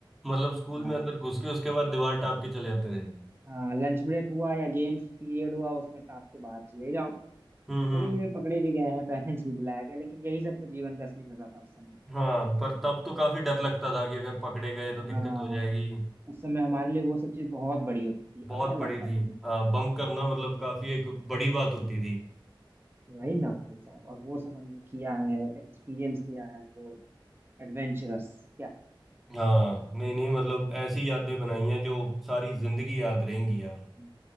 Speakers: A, in the centre; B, on the right (about 25°).
A: मतलब स्कूल
B: हाँ
A: में अंदर घुस के उसके बाद दीवार टाप के चले आते थे
B: हाँ लंच ब्रेक हुआ या गेम्स पीरियड हुआ उसमें टाप के बाहर चले जाओ
A: हम्म
B: कभी
A: हम्म
B: कभी पकड़े भी गए हैं पेरेंट्स भी बुलाया गया लेकिन यही सब तो जीवन का असली मजा था उस समय
A: हाँ पर तब तो काफी डर लगता था कि अगर पकड़े गए तो
B: हाँ
A: दिक्कत हो जाएगी
B: उस समय हमारे लिए वो सब चीज बहुत बड़ी होती थी
A: बहुत
B: अब ना लगता
A: बड़ी थी
B: कि
A: हाँ बंक करना मतलब काफी एक बड़ी बात होती थी
B: वही ना भाई साहब और वो सब हमने किया है एक्सपीरियंस किया है वो एडवेंचरस क्या
A: हाँ नहीं नहीं मतलब ऐसी यादें बनाई हैं जो सारी जिंदगी याद रहेंगी यार
B: हम्म।